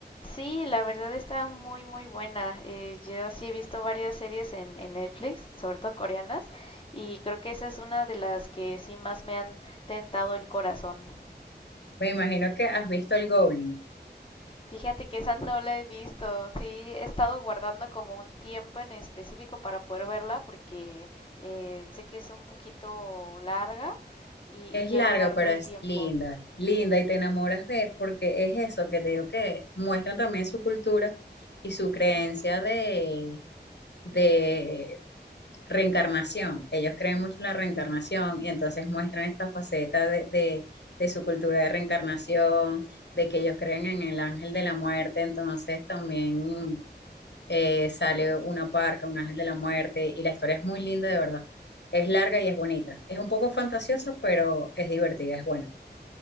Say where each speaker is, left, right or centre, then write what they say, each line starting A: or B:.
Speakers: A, on the left (about 30°); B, on the left (about 75°).
A: Sí, la verdad está muy, muy buena. Eh, yo sí he visto varias series en, en Netflix, sobre todo coreanas, y creo que esa es una de las que sí más me han tentado el corazón.
B: Me imagino que has visto el Goblin.
A: Fíjate que esa no la he visto, sí he estado guardando como un tiempo en específico para poder verla porque eh, sé que es un poquito larga y,
B: Es
A: y quiero
B: larga,
A: darme
B: pero
A: el
B: es
A: tiempo.
B: linda, linda y te enamoras de, porque es eso que te digo que muestran también su cultura y su creencia de, de reencarnación. Ellos creen mucho en la reencarnación y entonces muestran esta faceta de, de, de su cultura de reencarnación, de que ellos creen en el ángel de la muerte, entonces también eh, sale una parca, un ángel de la muerte y la historia es muy linda de verdad. Es larga y es bonita. Es un poco fantasiosa, pero es divertida, es buena.